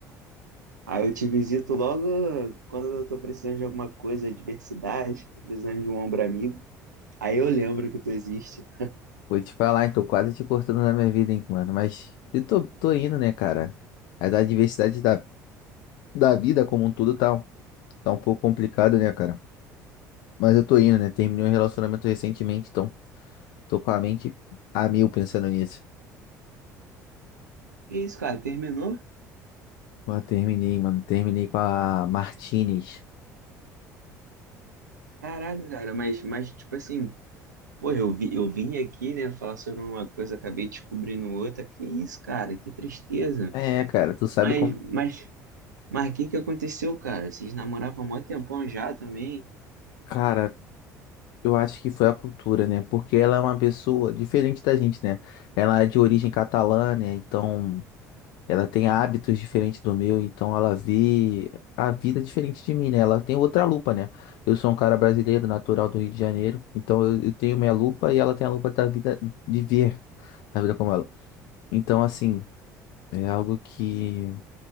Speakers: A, on the right; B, on the left.
A: Aí eu te visito logo quando eu tô precisando de alguma coisa, adversidade, tô precisando de um ombro amigo. Aí eu lembro que tu existe.
B: Vou te falar, hein, tô quase te cortando na minha vida, hein, mano. Mas eu tô, tô indo, né, cara? As adversidades da, da vida como um todo tá, tá um pouco complicado, né, cara? Mas eu tô indo, né? Terminei um relacionamento recentemente, então tô com a mente a mil pensando nisso.
A: Que isso, cara? Terminou?
B: Pô, terminei, mano. Terminei com a Martinez.
A: Caraca, cara, mas, mas tipo assim, pô, eu vi, eu vim aqui, né, falar sobre uma coisa, acabei descobrindo outra. Que isso, cara? Que tristeza.
B: É, cara, tu sabe
A: Mas,
B: como.
A: mas, mas o que que aconteceu, cara? Vocês namoravam há mó tempão já também?
B: Cara, Eu acho que foi a cultura, né? Porque ela é uma pessoa diferente da gente, né? Ela é de origem catalã, né? Então, ela tem hábitos diferentes do meu, então ela vê a vida diferente de mim, né? Ela tem outra lupa, né? Eu sou um cara brasileiro, natural do Rio de Janeiro, então eu, eu tenho minha lupa e ela tem a lupa da vida de ver a vida como ela. Então, assim, é algo que